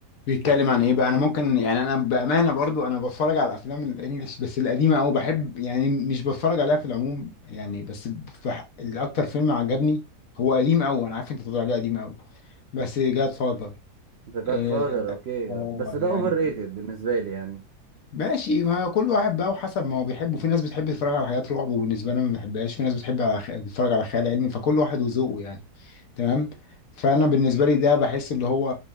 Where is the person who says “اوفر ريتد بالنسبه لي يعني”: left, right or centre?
Right